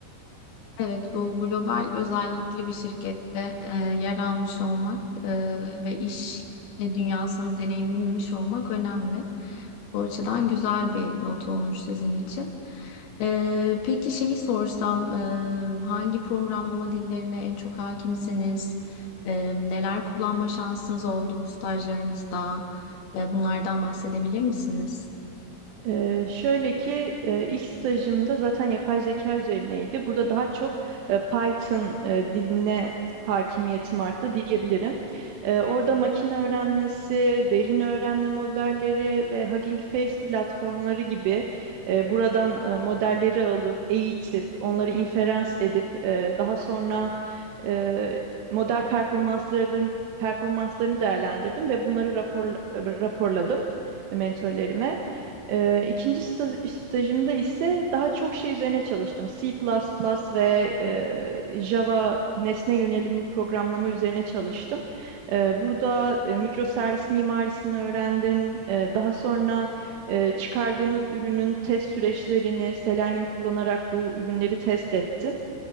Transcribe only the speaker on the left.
Evet, bu global özellikli bir şirkette e, yer almış olmak e, ve iş e, dünyasını deneyimlemiş olmak önemli. Bu açıdan güzel bir not olmuş sizin için. E, peki şeyi sorsam, e, hangi programlama dillerine en çok hakimsiniz? E, neler kullanma şansınız oldu bu stajlarınızda? Ve bunlardan bahsedebilir misiniz?